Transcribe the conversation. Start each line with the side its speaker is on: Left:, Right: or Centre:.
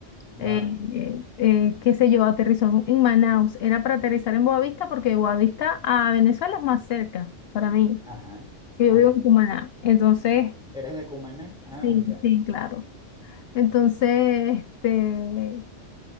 Centre: Wow.
Left: eh, eh, eh, qué sé yo, aterrizó en, en Manaus. Era para aterrizar en Boavista porque Boavista a Venezuela es más cerca para mí
Centre: Ajá.
Left: que
Centre: Ajá.
Left: yo vivo en Cumaná. Entonces,
Centre: ¿Eres de Cumaná? Ah,
Left: Sí,
Centre: ya.
Left: sí, claro. Entonces, este,